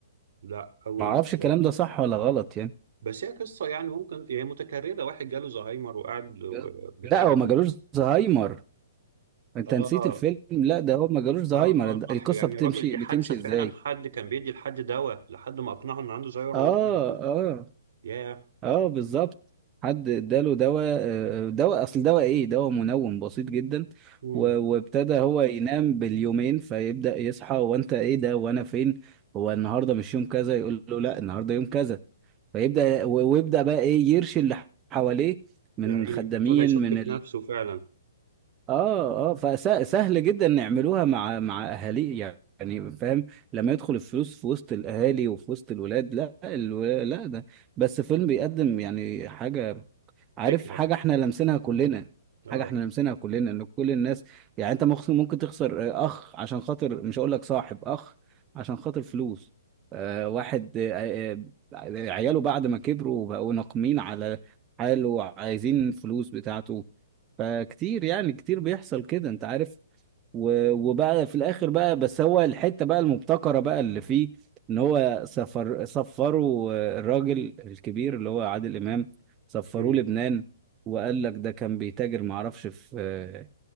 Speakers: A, on the right; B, on the right.
A: لا اول
B: ما اعرفش
A: مرة
B: الكلام ده صح ولا غلط يعني
A: بس هي قصة يعني ممكن هي متكررة واحد جاله زهايمر وقعد و-
B: بجد؟
A: بتاع
B: لا
A: بس
B: هو ما جالوش زهايمر انت
A: اه
B: نسيت الفيلم لا ده هو ما جالوش زهايمر
A: اه اه
B: القصة
A: صح يعني
B: بتمشي
A: يا راجل دي
B: بتمشي
A: حادثة فعلا
B: ازاي
A: حد كان بيدي لحد دواء لحد ما اقنعه ان عنده زهايمر
B: اه
A: وهو ما عندوش
B: اه
A: ياه
B: اه بالظبط حد اداله دواء آه، دواء اصل دواء ايه دواء منوم بسيط جدا
A: مم.
B: و- وابتدى هو ينام باليومين فيبدأ يصحى وانت ايه ده وانا فين هو النهارده مش يوم كذا يقول له لا النهارده يوم كذا فيبدأ و- ويبدأ بقى ايه يرشي اللي حواليه من
A: يا عيني
B: خدامين
A: ابتدى يشك
B: من
A: في نفسه فعلا
B: اه اه فسهل جدا نعملوها مع مع اهالي يعني فاهم لما يدخل الفلوس في وسط الاهالي وفي وسط الولاد لا الو... لا ده بس فيلم بيقدم يعني حاجه عارف
A: فكرة
B: حاجه احنا لمسناها كلنا
A: اه
B: حاجه احنا لمسناها كلنا ان كل الناس يعني انت مخ- ممكن تخسر آه، اخ عشان خاطر مش هقول لك صاحب اخ عشان خاطر فلوس آه واحد آه آه، عياله بعد ما كبروا بقوا ناقمين على حاله وعايزين فلوس بتاعته فكتير يعني كتير بيحصل كده انت عارف و- وبقى في الاخر بقى بس هو الحته بقى المبتكره بقى اللي فيه ان هو سفر سفروا الراجل الكبير اللي هو عادل امام سفروه
A: امم
B: لبنان وقال لك ده كان بيتاجر ما اعرفش في